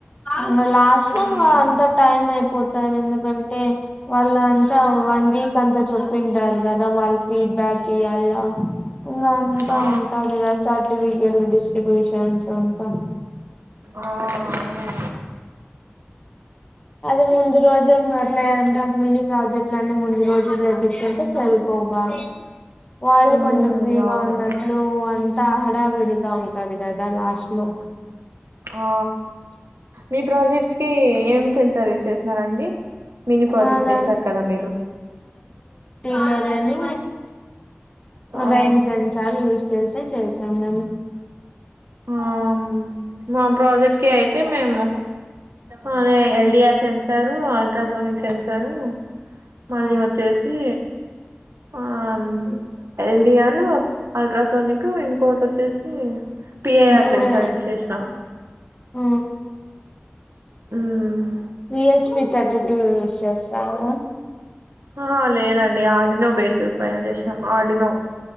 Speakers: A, on the left; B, on the right.
A: ఇంగ లాస్ట్
B: మ్మ్.
A: అంత టైం అయిపోతాది ఎందుకంటే వాళ్ళ అంతా వన్ వీక్ అంతా చెప్పింటారు కదా వాళ్ళు ఫీడ్బ్యాక్ ఇయ్యాల ఇంకా అంతా
B: ఆ
A: ఉంటది గా సర్టిఫికెట్ డిస్ట్రిబ్యూషన్స్ అంతా
B: ఆ అవునా
A: అదే ముందు రోజే మాట్లా దాని మిని ప్రాజెక్టులన్నీ ముందు రోజు చేర్పించింటే సరిపోవు బాగ వాళ్ళు
B: హ్మ్
A: కొంచెం ఫ్రీగా
B: అవును
A: ఉన్నట్లు అంతా హడావిడిగా ఉంటాది కదా లాస్ట్ లో
B: ఆ మీ ప్రాజెక్ట్స్ కి ఏం సెన్సర్ యూస్ చేస్తా రండి మిని ప్రాజెక్ట్
A: మాదా
B: చేశారు కదా మీరు
A: లర్ అనూ
B: ఆ
A: రైన్స్ అని సార్ చూ చేసా చేసా అన
B: ఉమ్మ్ మా ప్రాజెక్ట్ కి అయితే మేము అ ఎల్డిఆర్ సెన్సారు అల్ట్రాసోనిక్ సెన్సారు మళ్ళీ
A: ఆ
B: వచ్చేసి ఆ ఆ ఎల్ డి ఆర్ అల్ట్రాసౌనిక్ ఇంకోటొచ్చేసి పి ఐ ఆర్
A: డిహె
B: చెన్సార్ యూస్ చేసినం
A: ఆ
B: మ్మ్
A: P S P thirty two use చేస్తాము
B: ఆహ లేదండి ఆడినో బేస్ పైన చేసినాం Arduino